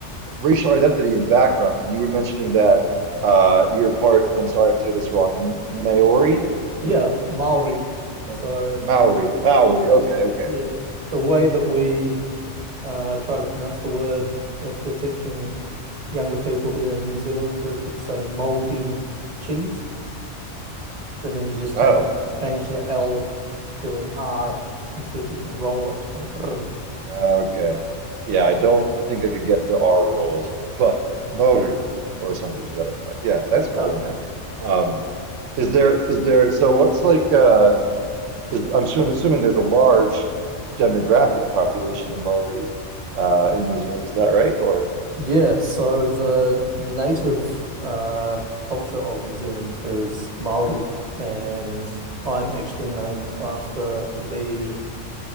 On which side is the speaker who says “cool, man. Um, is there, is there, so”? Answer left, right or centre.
Right